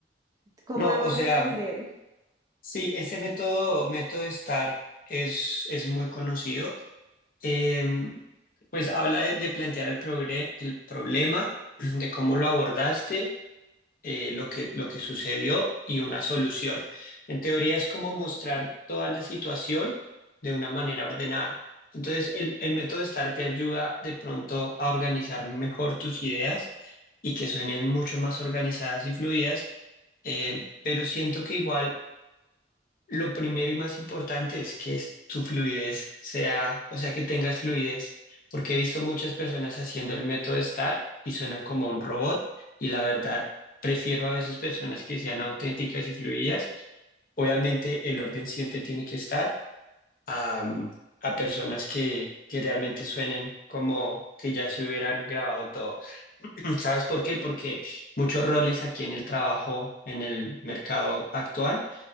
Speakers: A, on the right; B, on the left.
A: cómo
B: No,
A: debo
B: o
A: responder.
B: sea, mm, sí, ese método, método de estar es, es muy conocido. Em, pues habla de, de plantear el, progre- el problema, <clears throat> de cómo lo abordaste, eh, lo que, lo que sucedió y una solución. En teoría es como mostrar toda la situación de una manera ordenada. Entonces, el, el método STAR te ayuda de pronto a organizar mejor tus ideas y que suenen mucho más organizadas y fluidas, eh, pero siento que igual lo primero y más importante es que es- tu fluidez sea, o sea, que tengas fluidez, porque he visto muchas personas haciendo el método STAR y suenan como un robot y la verdad prefiero a veces personas que sean auténticas y fluidas. Obviamente el orden siempre tiene que estar a, a personas que, que realmente suenen como que ya se hubieran grabado todo. <clears throat> ¿Sabes por qué? Porque muchos roles aquí en el trabajo, en el mercado actual,